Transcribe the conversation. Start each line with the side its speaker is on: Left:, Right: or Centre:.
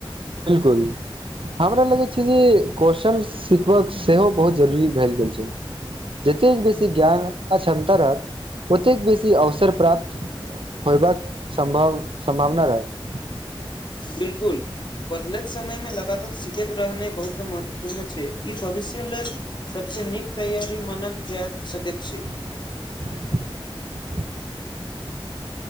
Right: बिलकुल हमरा लगैत छै जे कौशल सिखबाक सेहो बहुत जरूरी भैल जाइ छै जतेक बेसी ज्ञान आ क्षमता रहत ओतेक बेसी अवसर प्राप्त होयबाक संभव संभावना रहत
Left: बिलकुल बदलैत समयमे लगातार सिखैत रहनाइ बहुत महत्वपूर्ण छै ई भविष्य लेल सबसँ नीक तैयारी मानल जैत सकैत छै
Right: <inaudible>